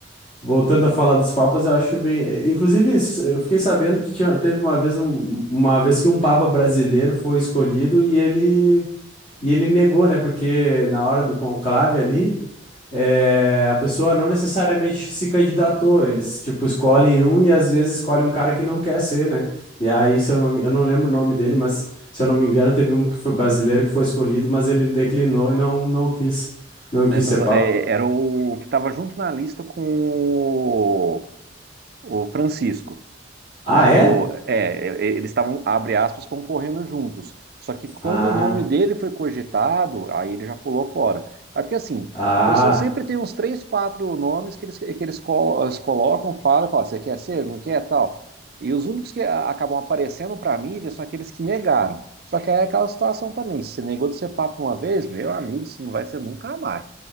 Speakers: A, on the left; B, on the right.
A: Voltando a falar dos papas, eu acho bem. Inclusive, isso, eu fiquei sabendo que tinha- teve uma vez, um- uma vez que um papa brasileiro foi escolhido e ele, e ele negou, né? Porque na hora do conclave ali, eh, a pessoa não necessariamente se candidatou. Eles, tipo, escolhem um e às vezes escolhem um cara que não quer ser, né? E aí, se eu não, me- eu não lembro o nome dele, mas se eu não me engano, teve um que foi brasileiro que foi escolhido, mas ele declinou e não, não quis, não quis
B: né? Então,
A: ser
B: tá-
A: papa.
B: é, era o que estava junto na lista com o o Francisco.
A: Ah,
B: né?
A: é?
B: Ou, é, eles estavam, abre aspas, concorrendo juntos. Só que quando
A: Ah.
B: o nome dele foi cogitado, aí ele já pulou fora. É porque assim,
A: Ah,
B: o pessoal sempre tem uns três, quatro nomes que eles, que eles, colo- eles colocam, falam, falam, você quer ser, não quer, tal. E os únicos que a- acabam aparecendo para a mídia são aqueles que negaram. Só que aí é aquela situação também, se você negou de ser papo uma vez, meu amigo, isso não vai ser nunca mais,